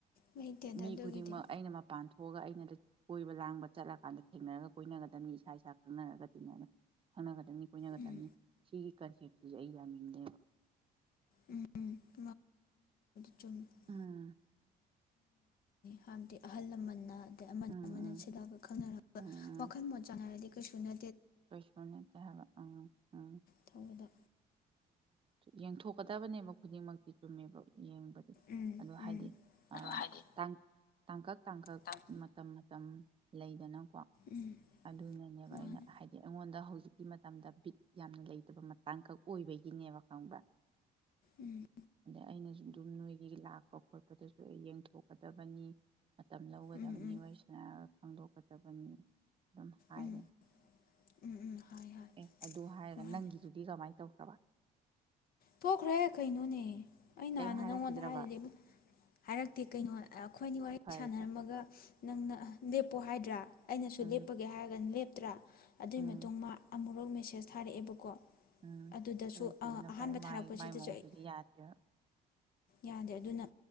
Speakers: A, on the left; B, on the right.
A: ꯂꯩꯇꯦꯗ
B: ꯃꯤ
A: ꯑꯗꯨꯒꯤꯗꯤ
B: ꯈꯨꯗꯤꯡꯃꯛ ꯑꯩꯅ ꯃꯄꯥꯟ ꯊꯣ ꯊꯣꯛꯑꯒ ꯑꯩꯅꯗ ꯀꯣꯏꯕ ꯂꯥꯡꯕ ꯆꯠꯂꯀꯥꯟꯗ ꯊꯦꯡꯅꯔꯒ ꯀꯣꯏꯅꯒꯗꯝꯅꯤ ꯏꯁꯥ ꯏꯁꯥ ꯈꯪꯅꯔꯒ ꯇꯤꯟꯅꯔꯒ ꯈꯪꯅꯒꯗꯝꯕꯅꯤ ꯀꯣꯏꯅꯒꯗꯃꯤ
A: ꯎꯝ
B: ꯁꯤꯒꯤ ꯀꯟꯁꯦꯞ ꯁꯤꯁꯦ ꯑꯩ ꯌꯥꯅꯤꯡꯗꯦꯕ
A: ꯎꯝ <unintelligible>
B: ꯎꯝ
A: ꯍꯥꯟꯗꯤ ꯑꯍꯜ ꯂꯃꯟꯅ ꯑꯃꯅ
B: ꯎꯝ
A: ꯑꯃꯅ ꯁꯤꯜꯂꯛꯑꯒ
B: ꯎꯝ
A: ꯈꯪꯅꯔꯛꯄ
B: ꯎꯝ
A: ꯋꯥꯈꯜ ꯃꯣꯠ ꯆꯥꯟꯅꯔꯗꯤ ꯁꯨꯅ
B: ꯀꯩꯁꯨ ꯅꯠꯇꯦ ꯍꯥꯏꯕ ꯎꯝ ꯎꯝ
A: ꯇꯧꯕꯗ
B: ꯌꯦꯡꯊꯣꯛꯀꯗꯕꯅꯦꯕ ꯈꯨꯗꯤꯡꯃꯛꯇꯤ ꯆꯨꯝꯃꯦꯕ ꯌꯦꯡꯕꯗꯤ
A: ꯎꯝ
B: ꯑꯗꯣ ꯍꯥꯏꯗꯤ
A: ꯎꯝ ꯑꯗꯣ ꯍꯥꯏꯗꯤ
B: ꯇꯥꯡ ꯇꯥꯡꯀꯛ ꯇꯥꯡꯀꯛ
A: ꯇꯪ
B: ꯃꯇꯝ ꯃꯇꯝ ꯂꯩꯗꯅ ꯀꯣ
A: ꯎꯝ
B: ꯑꯗꯨꯅꯅꯦꯕ
A: ꯃꯥꯅꯦ
B: ꯑꯩꯅ ꯑꯩꯉꯣꯟꯗ ꯍꯧꯖꯤꯛꯀꯤ ꯃꯇꯝꯗ ꯕꯤꯛ ꯌꯥꯝꯅ ꯂꯩꯇꯕ ꯃꯇꯥꯡꯀꯛ ꯑꯣꯏꯕꯒꯤꯅꯦꯕ ꯈꯪꯕ꯭ꯔꯥ
A: ꯎꯝ
B: ꯑꯗꯩꯩ ꯑꯩꯅꯁꯨ__ ꯑꯗꯨꯝ ꯅꯣꯏꯒꯤ ꯂꯥꯛꯄ ꯈꯣꯠꯄꯗꯁꯨ ꯑꯩ ꯌꯦꯡꯊꯣꯛꯀꯗꯕꯅꯤ ꯃꯇꯝ ꯂꯧꯒꯗꯕꯅꯤ
A: ꯎꯝ ꯎꯝ
B: ꯋꯥꯔꯤ ꯁꯅꯔꯒ ꯈꯪꯗꯣꯛꯀ ꯆꯕꯅꯤ ꯑꯗꯨꯝ ꯍꯥꯏꯗꯅ
A: ꯎꯝ ꯎꯝ ꯎꯝ ꯍꯥꯏ ꯍꯥꯏ
B: ꯑꯦ ꯑꯗꯨ ꯍꯥꯏꯔꯒ
A: ꯃꯥꯅꯦ
B: ꯅꯪꯒꯤꯗꯨꯗꯤ ꯀꯃꯥꯏꯅ ꯇꯧꯋꯏ
A: ꯊꯣꯈ꯭ꯔꯦ ꯀꯩꯅꯩꯅꯣꯅꯦ ꯑꯩ ꯅ
B: ꯀꯩꯝ
A: ꯍꯥꯟꯅ
B: ꯍꯥꯏꯔꯛꯈꯤꯗ꯭ꯔꯕ
A: ꯅꯪꯉꯣꯟꯗ ꯍꯥꯏꯔꯗꯤ ꯍꯥꯏꯔꯛꯇꯦ ꯀꯩꯅꯣ ꯑꯩꯈꯣꯏꯅꯤ ꯋꯥꯔꯤ
B: ꯐꯔꯦ
A: ꯁꯥꯟꯅꯔꯝꯃꯒ
B: ꯐꯔꯦ
A: ꯅꯪꯅ ꯂꯦꯞꯄꯣ ꯍꯥꯏꯗ꯭ꯔꯥ ꯑꯩꯅꯁꯨ
B: ꯎꯝ
A: ꯂꯦꯞꯄꯒ ꯍꯥꯏꯔꯒꯅ ꯂꯦꯞꯄ ꯅꯠꯇ꯭ꯔꯥ ꯑꯗꯨꯒꯤ
B: ꯎꯝ
A: ꯃꯇꯨꯡ ꯃꯥ ꯑꯃꯨꯛꯨꯔꯛ ꯃꯦꯁꯦꯁ ꯊꯥꯔꯛꯑꯦꯕꯀꯣ
B: ꯎꯝ
A: ꯑꯗꯨꯗꯁꯨ
B: ꯊꯥꯗꯣꯛꯈꯤꯕꯅ
A: ꯑ ꯑꯍꯥꯟꯕ
B: ꯐꯔꯦ
A: ꯊꯥꯔꯛꯄꯁꯤꯗꯁꯨ
B: ꯃꯥꯏ ꯃꯥꯏ ꯃꯣꯡꯗꯨꯗꯤ
A: ꯑꯩ
B: ꯌꯥꯗ꯭ꯔꯦ
A: ꯌꯥꯗꯦ ꯑꯗꯨꯅ